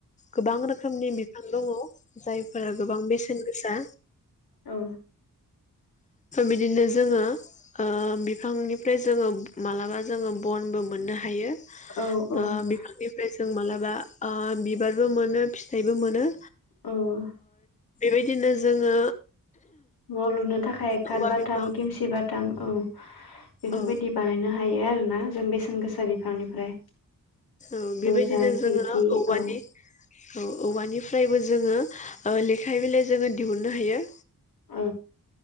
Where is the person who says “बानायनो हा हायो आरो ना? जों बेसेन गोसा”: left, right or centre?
Left